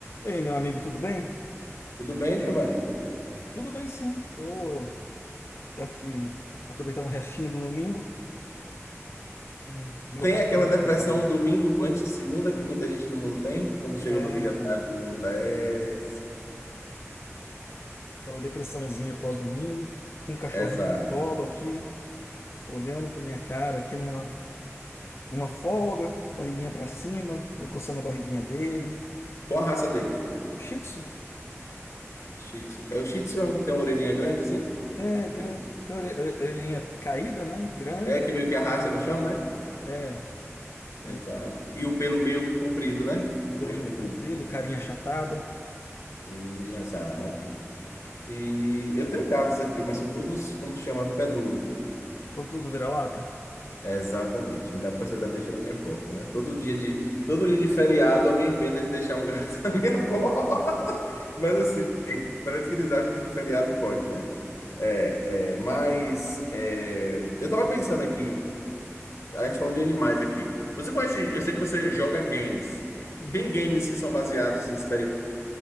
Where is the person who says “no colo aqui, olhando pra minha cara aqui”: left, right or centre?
Left